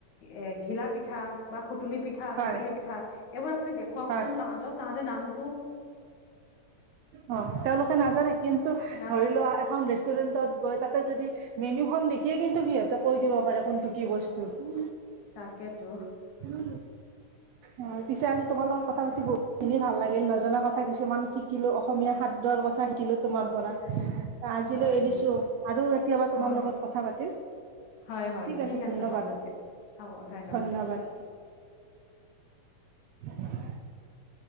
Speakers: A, on the left; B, on the right.
A: এ ঘিলা পিঠা পিঠা বা সুতুলি পিঠ
B: হয়
A: তেকেলি পিঠা এইবোৰ আপুনি দেখুৱাওচোন
B: হয়
A: তাহতক তাহাঁতেৰ নাম <unintelligible>
B: অ, তেওঁলোকে নাজানে। কিন্তু,
A: নাজানে,
B: ধৰি লোৱা এখন ৰেষ্টুৰেণ্টত গৈ তাতে যদি মেনুখন দেখিয়ে কিন্তু সিহঁতে কৈ দিব পাৰে কোনটো কি বস্তু। উ,
A: তাকেতো।
B: উ। অ, পিছে আজি তোমাৰ লগত কথা পাতি বহুত খিনি ভাল লাগিল, নজনা কথা কথা কিছুমান শিকিলো। অসমীয়া খাদ্যৰ কথা শিকিলো তোমাৰ পৰা। আজিলৈ
A: হয়।
B: এৰিছো আৰু কেতিয়াবা
A: অ',
B: তোমাৰ লগত কথা পাতিম।
A: হয়, হয়।
B: ঠিক আছে ধন্যবাদ,
A: হ'ব দিয়ক। হ'ব, ধন্যবাদ।
B: ধন্যবাদ। <unintelligible>